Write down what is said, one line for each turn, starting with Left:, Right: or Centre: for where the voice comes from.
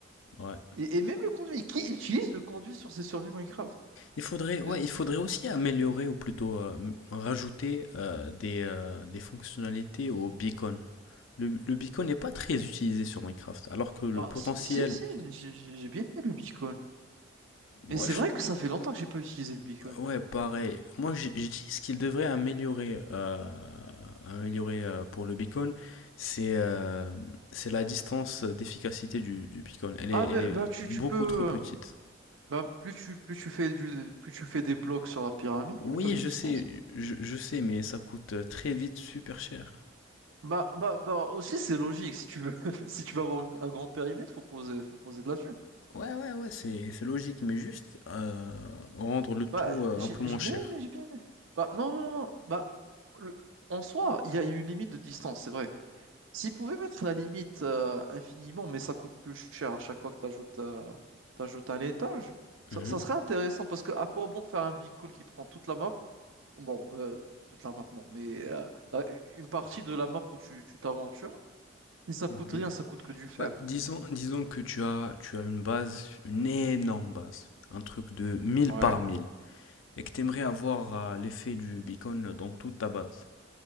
Left: Ouais.
Right: Et, et même le conduit. Qui utilise le conduit sur ses survies Minecraft?
Left: Il faudrait, ouais,
Right: Euh,
Left: il faudrait aussi améliorer ou plutôt euh, rajouter euh, des, euh, des fonctionnalités au beacon. Le, le beacon n'est pas très utilisé sur Minecraft, alors que le
Right: Ah,
Left: potentiel,
Right: si, si, si, j'ai j'ai- j'ai bien aimé le beacon.
Left: moi,
Right: Et c'est
Left: je-
Right: vrai que ça fait longtemps que j'ai pas utilisé le beacon.
Left: ouais, pareil. Moi, j'ai j'ai dit ce qu'il devrait améliorer, euh, améliorer euh, pour le beacon, c'est euh, c'est la distance d'efficacité du, du beacon. Elle
Right: Ah
Left: est, elle
Right: mais
Left: est
Right: bah tu,
Left: beaucoup
Right: tu peux
Left: trop petite.
Right: euh, bah plus tu plus tu fais du plus tu fais des blocs sur la pyramide,
Left: Oui,
Right: plus t'as de
Left: je
Right: distance.
Left: sais, je, je sais, mais ça coûte euh, très vite super cher.
Right: Bah bah bah aussi c'est logique si tu veux <laughs> si tu veux avoir un, un grand périmètre, faut poser faut poser de la thune.
Left: Ouais, ouais, ouais, c'est, c'est logique, mais juste euh, rendre le tout
Right: Bah
Left: euh,
Right: j'ai
Left: un peu moins
Right: j'ai
Left: cher.
Right: bien aimé, j'ai bien aimé. Bah non non non, bah le- en soi, il y a une limite de distance, c'est vrai. S'ils pouvaient mettre la limite euh, infiniment, mais ça coûte plus cher à chaque fois que tu ajoutes, un étage, ça,
Left: Mhm,
Right: ça serait intéressant parce que à quoi bon faire un beacon qui prend toute la map? Bon, euh, toute la map non, mais euh, la- une partie de la map où tu tu t'aventures, et ça
Left: mhm.
Right: coûte rien, ça coûte que du fer.
Left: Bah, disons, disons que tu as, tu as une base, une énorme base, un truc de mille
Right: Ouais.
Left: par mille et que tu aimerais avoir euh, l'effet du beacon dans toute ta base.